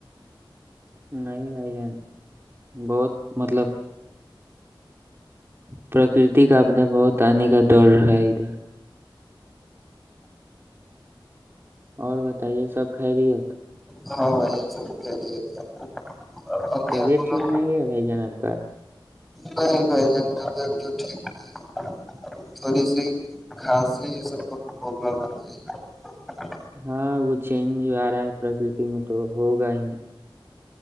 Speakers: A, on the right (about 25°); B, in the centre.
A: نہیں بھائی جان بہت مطلب پرکرتی کا آپدا بہت آنے کا ڈر ہے ادھر اور بتائیے سب خرییت
B: ہاں یہ سب پھیلیت ہے اور سندیا
A: طبیعت
B: پول <unintelligible>
A: ٹھیک نہیں ہے بھائی جان آپ کا <unintelligible>
B: نہیں بھائی جان طبیعت تو ٹھیک نہیں ہے تھوڑی سی کھانسی یہ سب کا پرابلم ہوتا <unintelligible>
A: ہاں وہ چینج آ رہا ہے پرکرتی میں تو ہوگا ہی نہیں